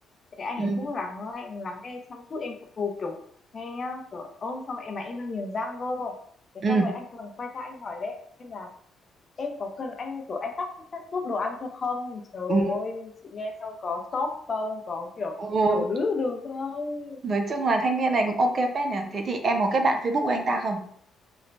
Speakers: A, on the left; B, on the right.
A: thế anh
B: ừ
A: ấy cũng lắng lắng lắng nghe chăm chút em cầu kiểu nghe nhá kiểu ôm xong em mà em đang nghiền răng cơ thế
B: ừ
A: xong rồi anh còn quay ra anh hỏi lên em là em có cần anh kiểu anh cắt cắt giúp đồ ăn cho không trời
B: Ừ,
A: ơi chị nghe xong có sốt không có kiểu
B: ừ.
A: đổ đứ đừ không
B: Nói chung là thanh niên này cũng ok phết nhỉ. Thế thì em có kết bạn Facebook của anh ta không?